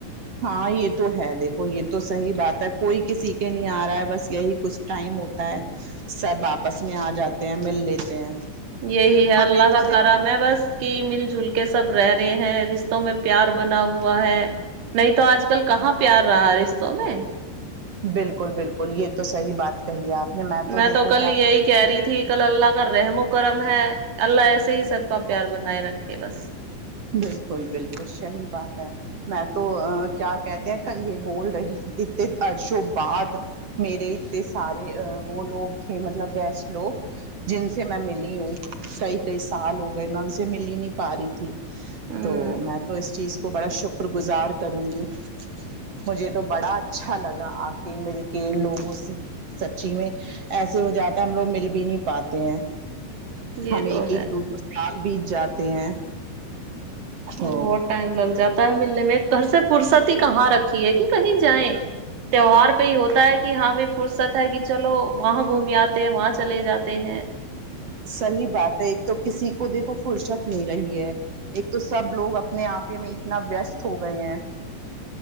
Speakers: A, on the right (about 40°); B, on the right (about 75°).
A: ہاں یہ تو ہے دیکھو یہ تو صحیح بات ہے کوئی کسی کے نہیں آ رہا ہے بس یہی کچھ ٹائم ہوتا ہے سب آپس میں آ جاتا مل لیتے ہیں
B: یہی ہے
A: ہمیں
B: اللہ
A: تو
B: کا
A: دیکھو
B: کرا میں بس کہ مل جل کے سب رہ رہے ہیں رشتوں میں پیار بنا ہوا ہوا ہے نہیں تو آج کل کہاں پیار رہ ہاریس تو میں
A: بالکل بالکل یہ تو صحیح بات کہیے آپ نے
B: میں
A: دیکھو
B: تو کل
A: کیا
B: یہی کہہ رہی تھی کل اللہ کا رحموں کرم ہے اللہ ایسے ہی سب کا پیار بنائے رکھے بس
A: بالکل بالکل صحیح بات ہے میں تو کیا کہتے ہیں کل یہ بول رہی اتنے عرشوں بعد میرے اتے سارے وہ لوگ تھے مطلب گیسٹ لوگ جن سے میں ملی ہوں کئی کئی سال ہو گئے میں ان سے مل ہی نہیں پا رہی تھی
B: ہوں
A: تو میں تو اس چیز کو بڑا شکر گزار کروں گی مجھے تو بڑا اچھا لگا آ کے مل کے لوگوں سے سچی میں ایسے ہو جاتا ہے ہم لوگ مل بھی نہیں پاتے ہیں
B: یہ
A: ہمیں
B: تو
A: ایک ایک
B: ہے
A: دو دو سال بیچ جاتے ہیں
B: بہت
A: تو
B: ٹائم لگ جاتا ت ملے میں گھر سے فرصتی کہاں رکھی ہے کہ کہیں جائیں تہوار پہ ہی ہوتا ہے کہ ہاں بھی فرصت ہے کہ چلو وہاں گھوم آتے ہیں وہاں چلے جاتے ہیں
A: صحیح بات ہے ایک تو کسی کو دیکھو فرصت نہیں رہی ہے ایک تو سب لوگ اپنے آپ میں اتنا ویست ہو گئے ہیں